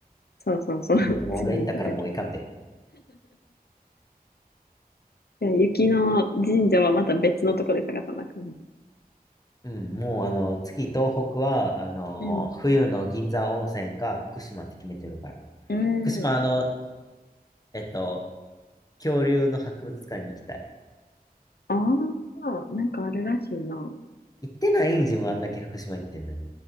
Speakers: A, on the left; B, on the left.
A: そうそうそう。<laughs>
B: 自分でも俺行ったからもういかんで。
A: 次行くとき。いや、雪の神社はまた別のとこで探さなあかんな。
B: うん、もうあの、次東北は、あの、
A: うん。
B: 冬の銀山温泉か福島って決めてるから。
A: うん。
B: 福島あの、えっと、恐竜の博物館に行きたい。
A: ああ、なんかあるらしいな。
B: 行ってないん自分あんだけ福島行ってんのに。